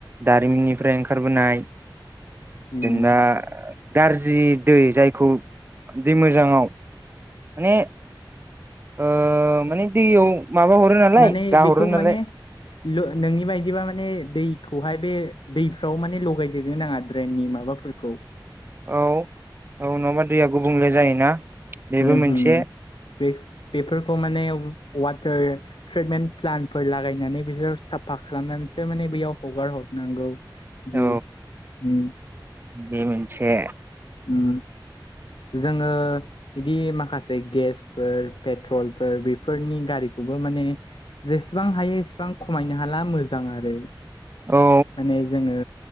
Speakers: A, on the right (about 25°); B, on the left (about 90°).
A: दारिमिननिफ्राय ओंखारबोनाय
B: उम
A: जेनबा ओ गार्जि दै जायखौ दै मोजाङाव माने ओ माने दैयाव माबा हरो नालाय
B: माने
A: गाहरो
B: बेखौ
A: नालाय
B: माने नोंनि बायदिबा माने दैखौहाय बे दैफ्राव माने लगायदेरनो नाङा ड्रेननि माबाखौ फोरखौ
A: औ औ नङाबा दैया गुबुंले जायोना बेबो
B: बे उम
A: मोनसे
B: उम बेफोरखौ माने <unintelligible> ट्रिटमेन्ट प्लान्टफोर लागायनानै बिसोर साफा खालामनानैसो माने बेयाव हगार हरनांगौ बिदि
A: औ
B: उम
A: बे मोनसे
B: उम जोङो बिदि माखासे गेसफोर पेट्रलफोर बेफोरनि गारिखौबो माने जेसे इसेबां हायो इसेबां खमायनो हाला मोजां आरो
A: औ
B: माने जोङो